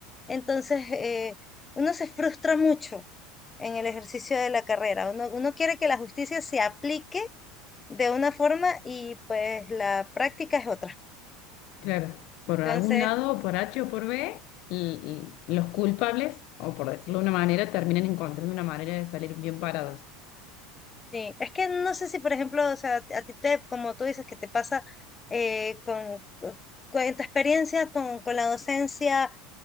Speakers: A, on the left; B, on the left.
A: Entonces, eh, uno se frustra mucho en el ejercicio de la carrera. Uno, uno quiere que la justicia se aplique de una forma y pues la práctica es otra.
B: Claro, por algún
A: Entonces,
B: lado, por H o por B, l- l- los culpables, o por decirlo de una manera, terminan encontrando una manera de salir bien parados.
A: sí, es que no sé si, por ejemplo, o sea, a ti te, como tú dices, que te pasa eh, con, con tu experiencia con, con la docencia.